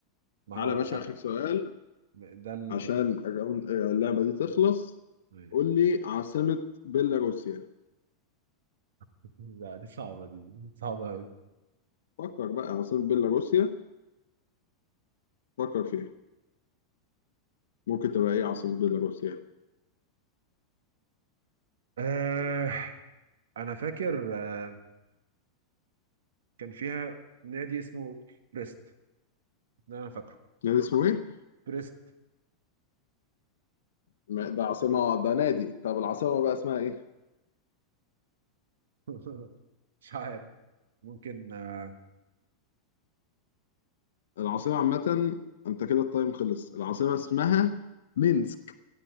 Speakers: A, on the right (about 60°); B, on the left (about 60°).
A: ما
B: تعالى
A: هو
B: يا باشا اخر سؤال
A: <laughs> ده ال...
B: عشان الراوند- اللعبه دي تخلص
A: ماشي
B: قول لي عاصمه بيلاروسيا
A: <laughs> لا دي صعبة دي صعبة أوي
B: فكر بقى عاصمه بيلاروسيا فكر فيها ممكن تبقى ايه عاصمه بيلاروسيا
A: آه أنا فاكر آه، كان فيها نادي اسمه بريست ده انا فاكره
B: نادي اسمه ايه
A: بريست
B: ما- ده عاصمه ده نادي طب العاصمه بقى اسمها ايه
A: <laughs> مش عارف ممكن آه،
B: العاصمه عامه انت كده التايم خلص العاصمه اسمها مينسك